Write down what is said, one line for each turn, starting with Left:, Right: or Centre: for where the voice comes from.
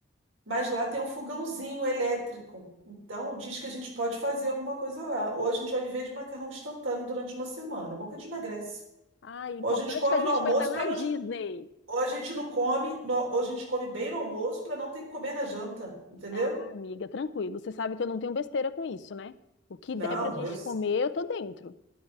Right: Mas lá tem um fogãozinho elétrico. Então, diz que a gente pode fazer alguma coisa lá. Ou a gente vai viver de macarrão instantâneo durante uma semana. É bom que a gente emagrece.
Left: Ah, é importante
Right: Ou a gente come
Left: que a gente
Right: no almoço
Left: vai estar na
Right: para não.
Left: Disney.
Right: Ou a gente não come, no... ou a gente come bem no almoço para não ter que comer na janta, entendeu?
Left: Ah, amiga, tranquilo. Você sabe que eu não tenho besteira com isso, né? O que
Right: Não,
Left: der pra gente
Right: eu.
Left: comer, eu tô dentro.